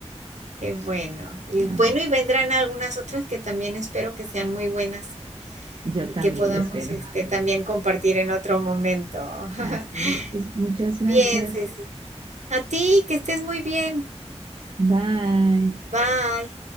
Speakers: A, on the right; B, on the right.
A: Qué bueno. Y
B: Ah,
A: bueno, y vendrán algunas otras que también espero que sean muy buenas
B: yo
A: y
B: también
A: que podamos
B: espero.
A: este, también compartir en otro momento. <laughs>
B: Así es, pues muchas gracias.
A: bien, Ceci. A ti, que estés muy bien.
B: Bye.
A: Bye.